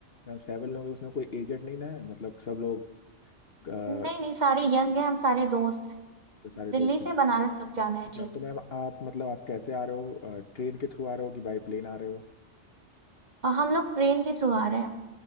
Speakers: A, on the left; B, on the right.
A: मैम सेवन लोग हैं उसमें कोई एजेड नहीं ना है मतलब सब लोग अ,
B: नहीं नहीं सारे यंग हैं हम सारे दोस्त हैं
A: सारे
B: दिल्ली
A: दोस्त
B: से
A: हैं
B: बनारस तक जाना
A: ठीक
B: है जी
A: है तो मैम आप मतलब आप कैसे आ रहे हो ट्रेन के थ्रू आ रहे हो कि बाई प्लेन आ रहे हो
B: और हम लोग ट्रेन के थ्रू आ रहे हैं